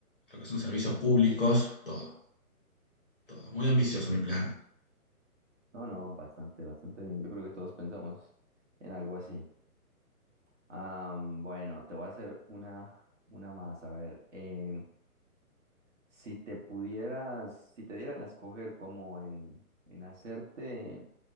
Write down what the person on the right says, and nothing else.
No, no, bastante, bastante bien. Yo creo que todos pensamos en algo así. Ah, mm, bueno, te voy a hacer una, una más. A ver, em, si te pudieras, si te dieran a escoger como en, en hacerte